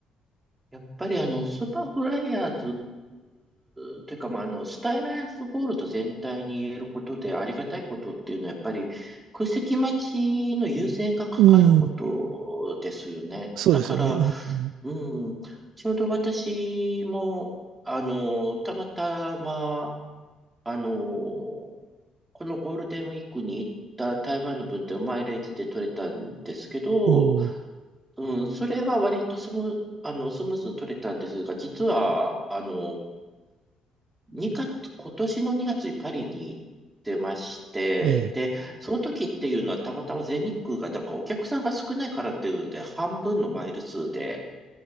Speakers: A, on the right; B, on the right.
A: やっぱりあの、スーパーフライヤーズ、てかまあ、あの、スタイナースゴールド全体に言えることでありがたいことっていうのは、やっぱり空席待ちの優先がかかることですよね。
B: うーん、そうですよね。
A: だから、
B: うん、
A: うん、ちょうど私も、あの、たまたま、あのーこのゴールデンウィークに行った台湾の分ってマイレージで取れたんですけど、
B: おー
A: うん、それは割とスム、あの、スムーズに取れたんですが、実は、あの、2月、今年の2月にパリに行ってまして、
B: え
A: で、その時っていうのはたまたま全日空がなんかお客さんが少ないからっていうので、半分のマイル数で、